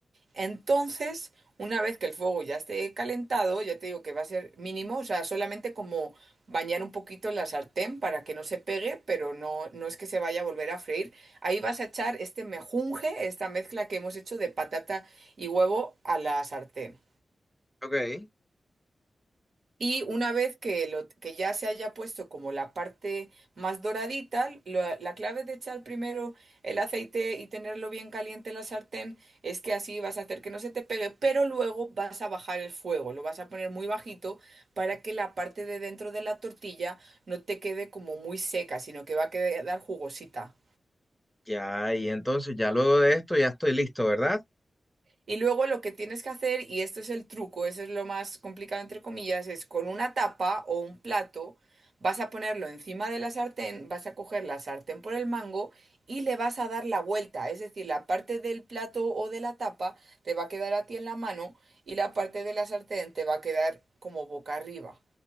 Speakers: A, on the right; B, in the centre.
A: Entonces, una vez que el fuego ya esté calentado, ya te digo que va a ser mínimo, o sea, solamente como bañar un poquito la sartén para que no se pegue, pero no, no es que se vaya a volver a freír. Ahí vas a echar este mejunje, esta mezcla que hemos hecho de patata y huevo a la sartén.
B: Ok.
A: Y una vez que, lo, que ya se haya puesto como la parte más doradita, la, la clave de echar primero el aceite y tenerlo bien caliente en la sartén es que así vas a hacer que no se te pegue, pero luego vas a bajar el fuego, lo vas a poner muy bajito para que la parte de dentro de la tortilla no te quede como muy seca, sino que va a quedar jugosita.
B: Ya, y entonces ya luego de esto ya estoy listo, ¿verdad?
A: Y luego lo que tienes que hacer, y esto es el truco, eso es lo más complicado entre comillas, es con una tapa o un plato, vas a ponerlo encima de la sartén, vas a coger la sartén por el mango y le vas a dar la vuelta, es decir, la parte del plato o de la tapa te va a quedar a ti en la mano y la parte de la sartén te va a quedar como boca arriba.